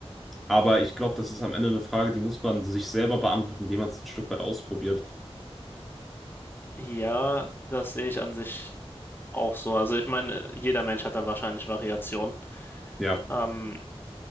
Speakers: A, in the centre; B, on the left (about 20°).
A: Aber ich glaube, das ist am Ende eine Frage, die muss man sich selber beantworten, indem man es ein Stück weit ausprobiert.
B: Ja, das sehe ich an sich auch so. Also, ich meine, jeder Mensch hat da wahrscheinlich Variationen.
A: Ja.
B: Ähm,